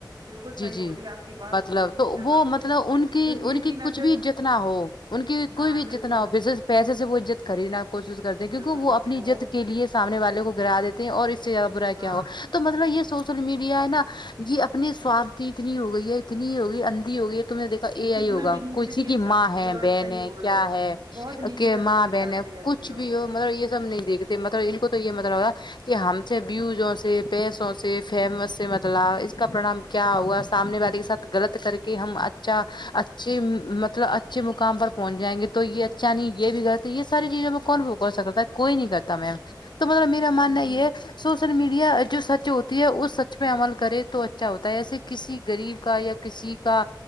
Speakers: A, on the right; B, on the left.
A: بالکل
B: جی
A: صحیح
B: جی
A: بولی آپ کی بات
B: مطلب
A: سے میں بالکل
B: تو
A: سہمت
B: وہ مطلب
A: ہوں
B: مطلب ان کی
A: دنیا
B: ان کی
A: نظر
B: کچھ بھی عزت
A: سے
B: نہ ہو ان کی
A: ہاں
B: کوئی بھی عزت
A: بالکل
B: نہ ہو پیسے سے پیسے سے وہ عزت خریدنے کی کوشش کرتے ہیں کیونکی
A: بالکل
B: وہ
A: بالکل
B: اپنی
A: ہوگے
B: عزت لیے سامنے والے کو گرا دیتے اور اس سے زیادہ برا
A: ہاں
B: کیا ہوا تو مطلب یے سوشل میڈیا ہے نا یے اپنے سوارتھی اتنی ہوگی گئی ہے اتنی ہوگئی اندھی ہوئی ہے تم میں نے دیکھ یہی
A: کہ کتنا
B: ہوگا
A: بھی نیچے
B: کچھ ہی
A: گر
B: کی
A: سکتی
B: ماں ہے
A: یہ بات
B: بہن
A: صحیح
B: ہے
A: بول
B: کیا ہے
A: بہت نیچے
B: کہ
A: تک
B: ماں
A: گر
B: بہن
A: جاتے
B: ہے
A: ہیں ایسے
B: کچھ
A: لوگ
B: بھی ہو مطلب یے سب نہیں دیکھتے مطلب ان کو تو یے مطلب ہوگا کہ ہم سے بیوجوں سے پیسوں سے فیمس سے مطلب اس کا پرانام کیا ہوا سامنے والے کے ساتھ غلط کر کے ہم اچھا اچھے مطلب اچھے مقام پر پہنچ جائیں گے تو یے اچھا نہیں یے بھی غلط ہے یے ساری چیزیں میں کون سکتا ہے کوئی نہیں کرتا میم تو مگر میرا ماننا
A: جی
B: یے ہے سوشل میڈیا جو سچ ہوتی ہے اس سچ پے عمل کرے تو اچھا ہوتا ہے جسے کسی غریب کا یا کسی کا